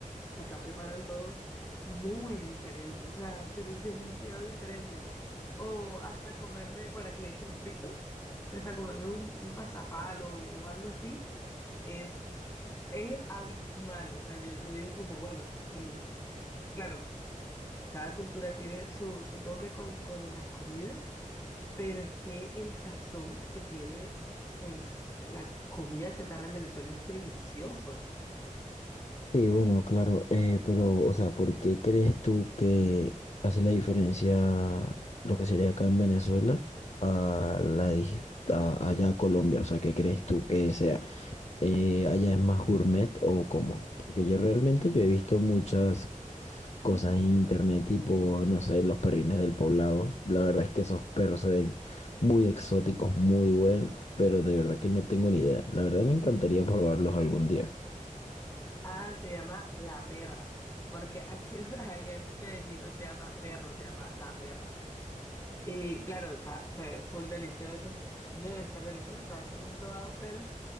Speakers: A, on the left; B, on the left.
A: Acá preparan todo muy diferente, o sea, pero demasiado diferente. O hasta comerme, bueno, aquí le dicen fritos, pero hasta comerme un, un pasapalo o algo así, es, es abismal. O sea, yo, yo digo como, bueno, eh, claro, cada cultura tiene su, su toque con, con las comidas, pero es que el sazón que tiene, pues, la comida chatarra en Venezuela es delicioso.
B: Sí, bueno, claro, eh, pero, o sea, ¿por qué crees tú que hace la diferencia lo que sería acá en Venezuela a la dis- a- allá a Colombia? O sea, ¿qué crees tú que sea? Eh, ¿allá es más gourmet o cómo? Porque yo realmente yo he visto muchas cosas en internet, tipo, no sé, los perrines del poblado. La verdad es que esos perros se ven muy exóticos, muy buenos, pero de verdad que no tengo ni idea. La verdad me encantaría probarlos algún día.
A: Ah, se llama La Perra, porque aquí <laughs> allá en Medellín no se llama perro, se llama La Perra. Y claro, o sea, se ven full deliciosos, deben ser deliciosos, todavía no los he probado, pero